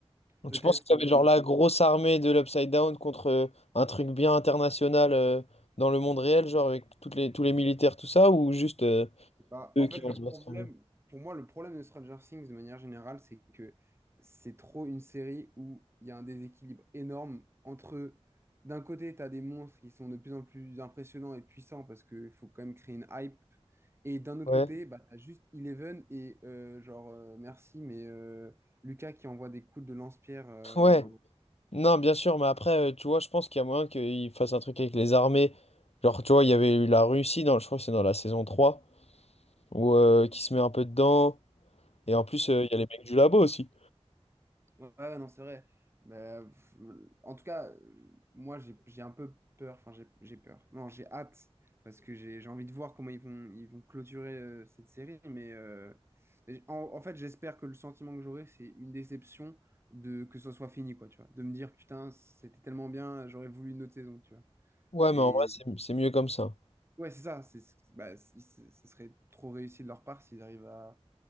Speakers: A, on the right; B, on the left.
A: peut-être...
B: Tu penses que ça va être genre
A: euh,
B: la grosse armée de l'Upside Down contre euh, un truc bien international euh, dans le monde réel, genre avec toutes les, tous les militaires, tout ça, ou juste euh,
A: Bah,
B: eux
A: en fait,
B: qui vont
A: le
B: se
A: problème,
B: battre quand même?
A: pour moi, le problème de Stranger Things de manière générale, c'est que c'est trop une série où il y a un déséquilibre énorme entre, d'un côté, tu as des monstres qui sont de plus en plus impressionnants et puissants parce qu'il faut quand même créer une hype, et d'un autre
B: Ouais.
A: côté, bah, tu as juste Eleven et euh, genre, euh, merci, mais euh, Lucas qui envoie des coups de lance-pierre, euh,
B: <laughs> Ouais.
A: enfin,
B: Non, bien sûr, mais après, euh, tu vois, je pense qu'il y a moyen qu'ils fassent un truc avec les armées. Genre, tu vois, il y avait eu la Russie, dans, je crois que c'est dans la saison 3, où, euh, qui se met un peu dedans. Et en plus, euh, il y a les mecs du labo aussi.
A: Ouais, ouais, non, c'est vrai. Mais euh, pff, en tout cas, euh, moi, j'ai, j'ai un peu peur. Enfin, j'ai j'ai peur. Non, j'ai hâte parce que j'ai j'ai envie de voir comment ils vont, ils vont clôturer euh, cette série. Mais euh, j- en, en fait, j'espère que le sentiment que j'aurai, c'est une déception de que ce soit fini, quoi, tu vois. De me dire, putain, c'était tellement bien, j'aurais voulu une autre saison, tu vois.
B: Ouais,
A: Et
B: mais en vrai, c'est c'est mieux comme ça.
A: ouais, c'est ça. C'est, bah, c- ce serait trop réussi de leur part s'ils arrivent à